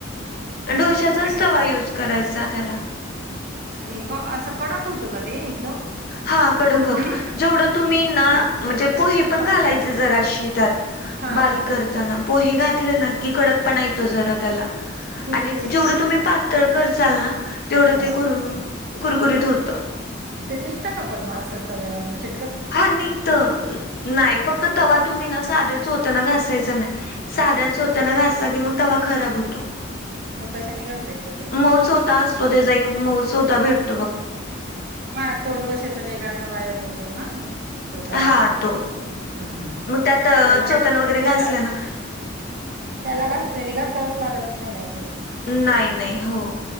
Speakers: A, on the left; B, on the right.
A: ढोश्याचाच
B: बर
A: तवा यूज करायचा त्याला.
B: आणि थो असं कडक होतं का ते एकदम
A: हा कडक
B: कुरकुरीत
A: होत जेवढं तुम्ही ना म्हणजे पोहे पण
B: पातळ
A: घालायचे जराशी त्यात.
B: हा
A: बारीक
B: हा ते
A: करताना पोहे घातले ना की कडक पणा येतो जरा त्याला.
B: <unintelligible>
A: आणि जेवढं
B: पणा
A: तुम्ही
B: ना
A: पातळ करशाल ना तेवढं ते
B: हा
A: कुर कुरकुरीत होतं.
B: ते निघत का पण म असंच तव्यावरनं चिट
A: हा निघत नाही फक्त तवा तुम्ही ना साध्या चोथ्यान घासायचा नाय. साध्या चोथ्यान
B: हा
A: घासला की मग तवा खराब होतो.
B: मग कशाने घासायचं तो
A: मऊ चोथा असतो त्याचा एक मउ चोथा भेट
B: हा तो डोश्याचा वेगळा तवा येतो तो ना तो तवा
A: हां
B: ना
A: तो.
B: हम्म हम्
A: मग त्यात अ,
B: त्याला
A: चोतन
B: त्याला
A: वगैरे घासला ना
B: त्याला घासनी नी घासावच लागत नाही नाही
A: नाही नाही हो